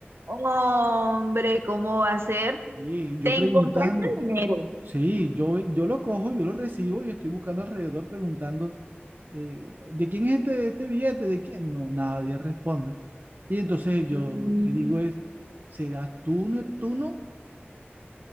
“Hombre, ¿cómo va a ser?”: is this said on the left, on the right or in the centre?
Right